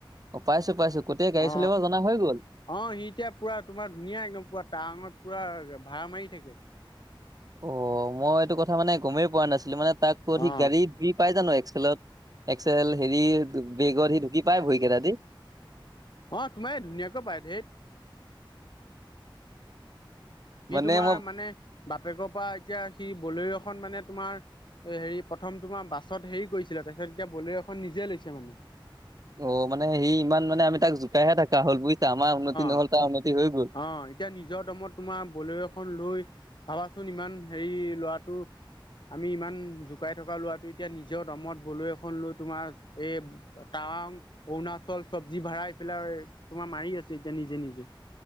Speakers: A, on the right (about 45°); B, on the left (about 60°).
A: অ' পাইছো পাইছো গোটেই গাড়ী
B: অ
A: চলিব জনা হৈ গ'ল।
B: অ সি এতিয়া পুৰা তোমাৰ ধুনীয়া একদম পুৰা টত পুৰা ভাড়া মাৰি থাকে।
A: অ মই এইটো কথা মানে গমেই পোৱা নাছিলো মানে তাক অধিক
B: অ
A: গাড়ী পাই জানো এক্সেল'ত? এক্সেল হেৰি বেগত ঢুকি পাই
B: অ
A: ভৰি কেইটা দি
B: তোমাৰ ধুনীয়াকৈ পায়ে ঢে'ত সি
A: মানে
B: তোমাৰ
A: মই
B: মানে বাপেকৰ পৰা এতিয়া সি বলেৰো এখন মানে তোমাৰ হেৰি প্ৰথম তোমাৰ বাছত হেৰি কৰিছিলে তাৰপিছত এতিয়া বলেৰো এখন নিজে লৈছে মানে।
A: অ মানে সি ইমান মানে আমি তাক জোকাইহে থাকা হ'ল বুজিছা। আমাৰ উন্নতি নহল
B: অ
A: তাৰ উন্নতি হৈ গ'ল।
B: অ এতিয়া নিজৰ দমত তোমাৰ বলে'ৰো এখন লৈ ভাবাচোন ইমান হেৰি ল'ৰাটো আমি ইমান জোকাই থকা লৰাটো এতিয়া নিজৰ দমত বলেৰো এখন লৈ তোমাৰ এই তা আং, অৰুণাচল চব্জি ভাড়া এই পেলাই তোমাৰ মাৰি আছে এতিয়া নিজে নিজে।